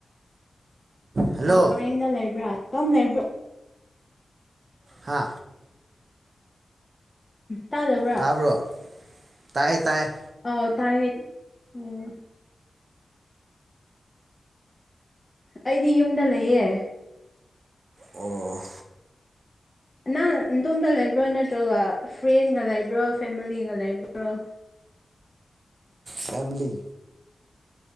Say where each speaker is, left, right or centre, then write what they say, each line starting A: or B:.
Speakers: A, on the right; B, on the left.
A: ꯍꯜꯂꯣ
B: ꯍꯣ ꯔꯦꯟꯗ ꯂꯩꯕ꯭ꯔꯥ ꯍꯜꯂꯣ
A: ꯍꯥ
B: ꯇꯥꯖꯕ <inaudible>
A: ꯇꯥꯕ꯭ꯔꯣ ꯇꯥꯏ ꯇꯥꯏ
B: ꯑꯥꯎ ꯇꯥꯏꯌꯦ ꯎꯝ ꯑꯩꯗꯤ ꯌꯨꯝꯗ ꯂꯩꯌꯦ
A: ꯑꯣ
B: ꯅꯪ ꯅꯇꯣꯟꯗ ꯂꯩꯕ꯭ꯔꯣ ꯅꯠꯇ꯭ꯔꯒ ꯐ꯭ꯔꯦꯟꯒ ꯂꯩꯕ꯭ꯔꯣ ꯐꯦꯃꯤꯂꯤꯒ ꯂꯩꯕ꯭ꯔꯣ
A: ꯐꯦꯃꯤꯂꯤ